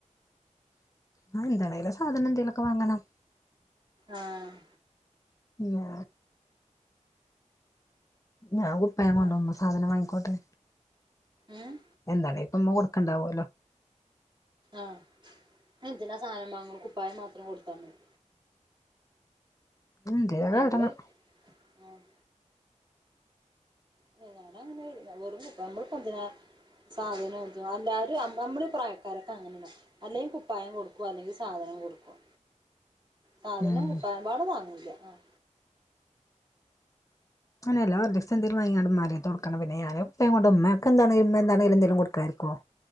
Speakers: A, on the left (about 25°); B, on the right (about 35°).
A: ആഹ് എന്താണെലും സാധനം എന്തെലൊക്കെ വാങ്ങണം
B: ആഹ്
A: എന്നാ ഞാൻ കുപ്പായം കൊണ്ടു
B: ആഹ്
A: വന്നു സാധനം വാങ്ങിക്കോട്ടെ
B: ഏഹ്
A: എന്തലെ ഇപ്പഉമ്മ കൊടുക്കണ്ടാവുല്ലോ
B: ആഹ് എന്തിനാ സാധനം വാങ്ങാളു കുപ്പായ മാത്രം കൊടുത്താ മതി
A: എന്തേലൊക്കെ
B: രണ്ട്
A: കാട്ടണം
B: വൈ ആഹ് വേറെ ഒന്നുമില്ല വെറും കുപ്പ നമ്മളിപ്പോ എന്തിനാ സാധനേടിച്ചു എല്ലാരും നമ്മള് നമ്മിളി പ്രായക്കാരൊക്കെ അങ്ങനണ് അല്ലെ കുപ്പായം കൊടുക്കും അല്ലെങ്കിൽ സാധനം കൊടുക്കും സാധനം
A: ഉം
B: കുപ്പായം പോലും വാങ്ങിയില്ലആഹ്
A: അനെയല്ലാ ജസ്റ്റ്‌ എന്തേലും വാങ്ങിക്കാണ്ട് ഉമ്മന്റടുത്തു കൊടുക്കണം പിന്നെ ഞാനും ഉപ്പയും കൊണ്ട് ഉമ്മാക്ക് എന്തണെലും ഉമ്മ എന്താണേലും കൊടുക്കാതെ ഇരിക്കുവൊ